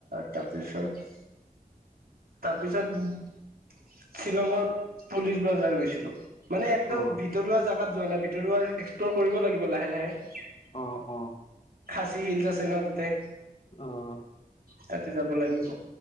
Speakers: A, on the right; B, on the left.
A: তাপিছত- তাৰ পিছত শ্বিলঙৰ পুলিচ বাজাৰ গৈছিলো। মানে একদম
B: অ
A: ভিতৰুৱা জাগাত যোৱা নাই ভিতৰুৱা এক্সপ্লৰ কৰিব লাগিব লাহে লাহে।
B: অ অ
A: খাচী হিলছ আছে ন তাতে।
B: অঁ'
A: তাতে যাব লাগিব।